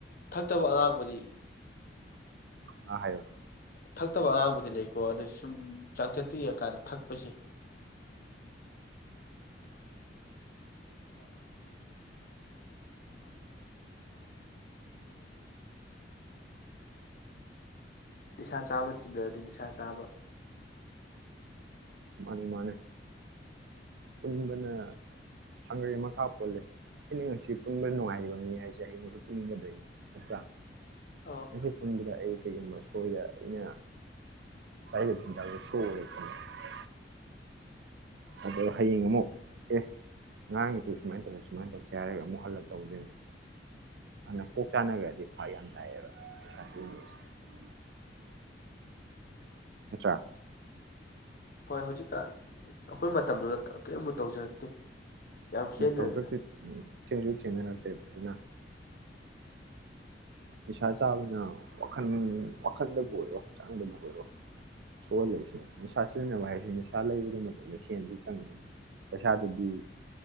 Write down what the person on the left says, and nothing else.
ꯊꯛꯇꯕ ꯑꯉꯥꯡꯕꯨꯗꯤ
ꯊꯛꯇꯕ ꯑꯉꯥꯡꯕꯨꯗꯤ ꯂꯩ ꯀꯣ ꯑꯗꯨ ꯁꯨꯝ ꯆꯥꯡꯆꯠꯇ ꯌꯦꯡꯉꯀꯥꯟꯗ ꯊꯛꯄꯁꯦ ꯅꯤꯁꯥ ꯆꯥꯕ ꯇꯤꯟꯅꯔꯗꯤ ꯅꯤꯁꯥ ꯆꯥꯕ
ꯑꯧ
ꯍꯣꯏ ꯍꯧꯖꯤꯛꯀꯥꯟ ꯑꯩꯈꯣꯏ ꯃꯇꯝꯗꯨꯗ ꯀꯔꯤꯝꯃꯨꯛ ꯇꯧꯖꯔꯛꯇꯦ꯫ ꯌꯥꯝ ꯈꯦꯠꯅꯔꯦꯗ